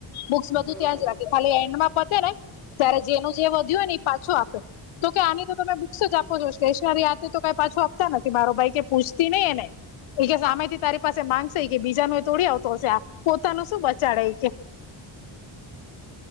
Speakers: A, on the left (about 75°); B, in the centre.
A: બુક્સ બધું
B: હમ
A: ત્યાં જ રાખે ખાલી એન્ડમાં પતે ને ત્યારે જેનું જે વધ્યું ને એ પાછું આપ.
B: <inaudible>
A: તો કે આની તો તમે બુક્સ જ આપો છો સ્ટેશનરીતે તો કઈ પાછું આપતા નથી મારો ભાઈ કે પૂછતી નહી એને. એ કે સામેથી તારી પાસે માંગશે કે બીજા ન એ તોડી આવતો હશે પોતાનું શું બચાડે કે.
B: <inaudible>